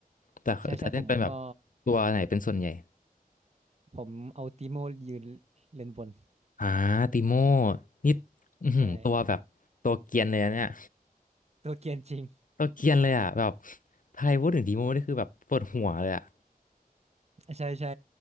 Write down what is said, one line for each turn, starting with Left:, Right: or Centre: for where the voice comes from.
Left: แต่จะเล่นเป็นแบบ
Right: ใช่ใช่ผมก็
Left: ตัวไหนเป็นส่วนใหญ่
Right: ผมเอาติโมยืนเล่นบน
Left: อ่าติโม่นี่อือหือตัวแบบตัวเกรียนเลยนะเนี่ย
Right: ใช่ตัวเกรียนจริง
Left: ตัวเกรียนเลยอ่ะแบบใครพูดถึงติโม่นี่คือแบบปวดหัวเลยอ่ะ
Right: ใช่ใช่